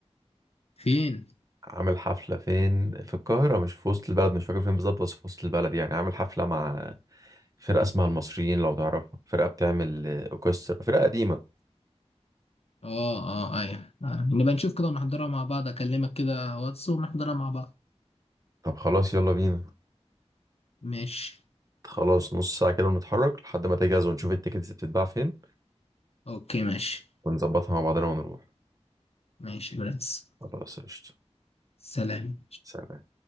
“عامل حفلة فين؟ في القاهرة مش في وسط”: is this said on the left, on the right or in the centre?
Right